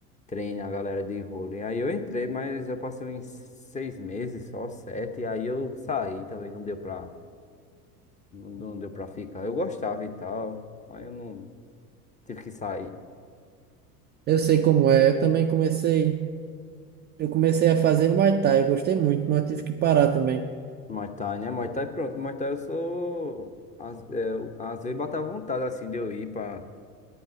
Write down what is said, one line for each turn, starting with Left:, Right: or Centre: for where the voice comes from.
Left: treina a galera de vôlei. Aí eu entrei, mas eu passei uns seis meses, só sete, e aí eu saí também, não deu pra, não, não deu pra ficar. Eu gostava e tal, mas eu não tive que sair.
Right: Eu sei como é. Eu também comecei. Eu comecei a fazer Muay Thai. Eu gostei muito, mas eu tive que parar também.
Left: Muay Thai, né? Muay Thai, pronto, Muay Thai eu sou... Às, é, eu- às vezes bateu vontade, assim, de eu ir pra